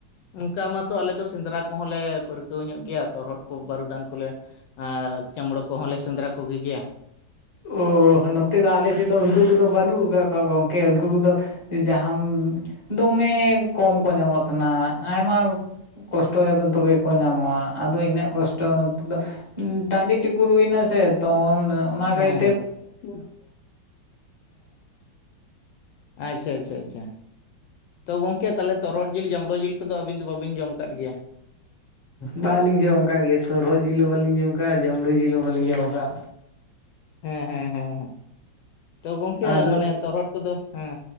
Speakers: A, on the left (about 75°); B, on the left (about 20°).
A: ᱚᱱᱠᱟ ᱢᱟᱛᱚ ᱟᱞᱮ ᱫᱚ ᱥᱮᱸᱫᱽᱨᱟ ᱠᱚᱦᱚᱸ ᱞᱮ ᱯᱟᱹᱨᱠᱟᱹᱣ ᱧᱚᱜ ᱜᱮᱭᱟ ᱛᱚᱨᱦᱚᱫ ᱠᱚ ᱵᱟᱹᱨᱩᱰᱟᱝ ᱠᱚᱞᱮ ᱟᱨ ᱡᱟᱢᱲᱳ ᱠᱚᱦᱚᱸ ᱞᱮ ᱥᱮᱸᱫᱽᱨᱟ ᱠᱚᱜᱮ ᱜᱮᱭᱟ᱾
B: ᱚ ᱱᱚᱛᱮ
A: ᱦᱮᱸ
B: ᱫᱚ ᱟᱞᱮ ᱥᱮ ᱱᱮ ᱫᱚ ᱩᱱᱠᱩ ᱠᱚᱫᱚ ᱵᱟᱹᱱᱩᱜ ᱠᱟᱜ ᱠᱚᱣᱟ ᱜᱚᱝᱠᱮ ᱩᱱᱠᱩ ᱠᱚᱫᱚ ᱡᱟᱦᱟᱢ ᱫᱚᱢᱮ ᱠᱚᱢ ᱠᱚ ᱧᱟᱢᱚᱜ ᱛᱟᱦᱮᱱᱟ, ᱟᱭᱢᱟ ᱠᱚᱥᱴᱚᱭᱟᱹ ᱵᱮᱱ ᱛᱚᱵᱮ ᱠᱚ ᱧᱟᱢᱚᱜᱼᱟ ᱟᱫᱚ ᱤᱱᱟᱹᱜ ᱠᱚᱥᱴᱚ ᱱᱚᱛᱮ ᱫᱚ ᱴᱟᱺᱰᱤ ᱴᱤᱠᱩᱨᱩᱨ ᱦᱩᱭ ᱱᱟᱥᱮ ᱛᱚ ᱚᱱᱟ ᱠᱟᱭ
A: ᱦᱮᱸ ᱦᱮᱸ ᱦᱮᱸ, ᱟᱪᱪᱷᱟ ᱟᱪᱪᱷᱟ ᱟᱪᱪᱷᱟ᱾ ᱛᱚ ᱜᱚᱝᱠᱮ ᱛᱟᱦᱚᱞᱮ ᱛᱚᱨᱚᱦᱚᱫ ᱡᱤᱞ ᱡᱟᱸᱲᱳ ᱡᱤᱞ ᱠᱚᱫᱚᱹ ᱟᱹᱵᱤᱱ ᱫᱚ ᱵᱟᱵᱤᱱ ᱡᱚᱢ ᱟᱠᱟᱫ ᱜᱮᱭᱟ?
B: ᱵᱟᱹᱞᱤᱧ ᱡᱚᱢ ᱠᱟᱜ ᱜᱮ ᱛᱚ ᱨᱚᱨᱚᱦᱚᱫ ᱡᱤᱞ ᱦᱚᱸ ᱵᱟᱹᱞᱤᱧ ᱡᱚᱢ ᱠᱟᱜᱼᱟ ᱡᱚᱢᱲᱤ ᱡᱤᱞ ᱦᱚᱸ ᱵᱟᱹᱞᱤᱧ ᱡᱚᱢ ᱠᱟᱜᱼᱟ᱾
A: ᱦᱮᱸ ᱦᱮᱸ ᱦᱮᱸ᱾ ᱦᱮᱸ ᱛᱚ ᱜᱚᱝᱠᱮ
B: ᱟᱫᱚ
A: ᱢᱟᱱᱮ ᱛᱚᱨᱦᱚᱫ ᱠᱚᱫᱚ ᱦᱮᱸ,